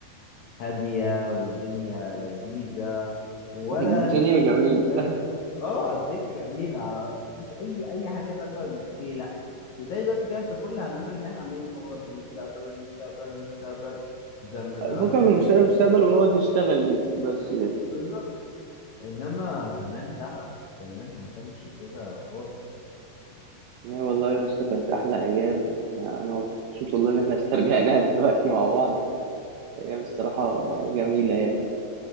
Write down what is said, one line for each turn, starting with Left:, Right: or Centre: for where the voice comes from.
Left: هادية والدنيا لذيذة ولا
Right: <laughs> الدنيا
Left: في
Right: جميلة
Left: فاهم
Right: <laughs>
Left: اه الدنيا جميلة ما فيش أي أي حاجة تقدر إنك تقلق زي دلوقتي كانت كل همنا إن إحنا عمالين نفكر في المستقبل المستقبل المستقبل زم زمان
Right: فكك
Left: ما
Right: من
Left: كانش
Right: مشكلة
Left: كده
Right: المستقبل ونقعد نشتغل ليه بس كده.
Left: بالظبط إنما زمان لا لا زمان ما كانش كده خالص
Right: يا والله يا اسطى كانت احلى ايام احنا انا مبسوط والله ان احنا استرجعناها دلوقتي مع بعض ايام الصراحة جميلة يعني